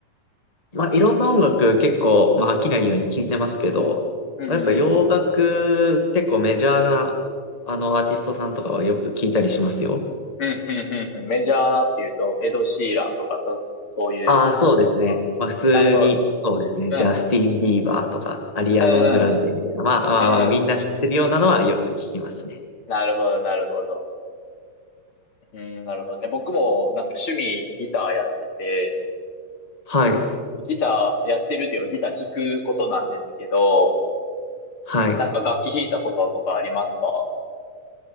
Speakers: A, on the left; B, on the left.
A: まあ、いろんな音楽結構、まあ、飽きないように聞いてますけど、
B: うんうんうんうん。
A: やっぱ洋楽、結構メジャーな、あの、アーティストさんとかはよく聞いたりしますよ。
B: うんうんうんうん。メジャーなっていうと、エド・シーランとかと、そういう感じですか
A: ああ、そうですね。まあ、普通に、
B: なるほど。
A: そうですね。
B: うん。
A: ジャスティン・ビーバーとか、アリアナ・
B: うんうん
A: グランデみたいな、まあ、まあ、
B: うん。
A: まあみんな知ってるようなのはよく聞きますね。
B: うん。なるほど、なるほど。うん、なるほどね。僕もなんか趣味ギターやってて、
A: はい。
B: ギターやってるっていうのはギター弾くことなんですけど、
A: はい。
B: なんか楽器弾いたこととかありますか